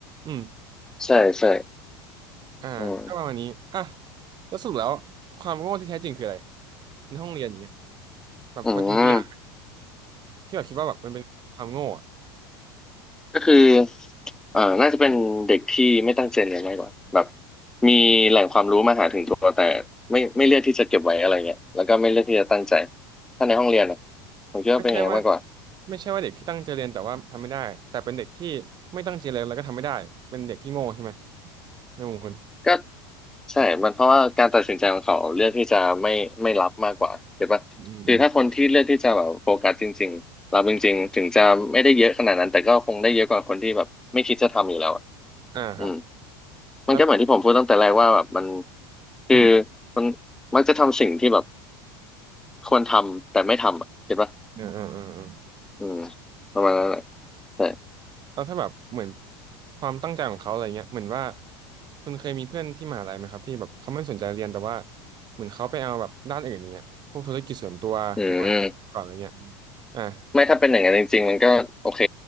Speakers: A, on the right; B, in the centre.
A: อืม
B: ใช่ใช่
A: อ่าก็ประมาณนี้อ่ะ
B: อืม
A: แล้วสรุปแล้วความโง่ที่แท้จริงคืออะไรในห้องเรียนอย่างเงี้ยแบบพอจะมีตัวอย่างไหม
B: อืม
A: ที่แบบคิดว่าแบบมันเป็นความโง่อะ
B: ก็คือเอ่อน่าจะเป็นเด็กที่ไม่ตั้งใจเรียนมากกว่า แบบ มีแหล่งความรู้มาหาถึงตัวแต่ไม่ไม่เลือกที่จะเก็บไว้อะไรเงี้ยแล้วก็ไม่เลือกที่จะตั้งใจ ถ้าในห้องเรียนนะผมคิดว่าเป็นอย่างนั้นมากกว่า
A: ไม่ใช่ว่าไม่ใช่ว่าเด็กที่ตั้งใจเรียนแต่ว่าทำไม่ได้แต่เป็นเด็กที่ไม่ตั้งใจเรียนแล้วก็ทำไม่ได้เป็นเด็กที่โง่ใช่ไหมในมุมคุณ
B: ก็ใช่มันเพราะว่าการตัดสินใจของเขาเลือกที่จะไม่ไม่รับมากกว่าเห็นปะคือถ้าคนที่เลือกที่จะแบบโฟกัสจริงๆรับจริงๆถึงจะไม่ได้เยอะขนาดนั้นแต่ก็คงได้เยอะกว่าคนที่แบบไม่คิดจะทำอยู่แล้วอะ
A: อืมอืมอืมอ่าครับ
B: อืม
A: แล้ว
B: มันก็เหมือนที่ผมพูดตั้งแต่แรกว่าแบบมันคือ
A: อืม
B: มันมักจะทำสิ่งที่แบบควรทำแต่ไม่ทำอ่ะเห็นปะ
A: อ่าอ่าอ่า
B: อืมประมาณนั้นแหละแต่
A: แล้วถ้าแบบเหมือนความตั้งใจของเขาอะไรเงี้ยเหมือนว่าคุณเคยมีเพื่อนที่มหาลัยไหมครับที่แบบเขาไม่สนใจเรียนแต่ว่าเหมือนเขาไปเอาแบบด้านอื่นเนี้ยพวกธุรกิจส่วนตัวหรือว่าก่อนอะไรเงี้ย
B: อืม
A: อ่า
B: ไม่ถ้าเป็นอย่างนั้นจริงๆมันก็โอเค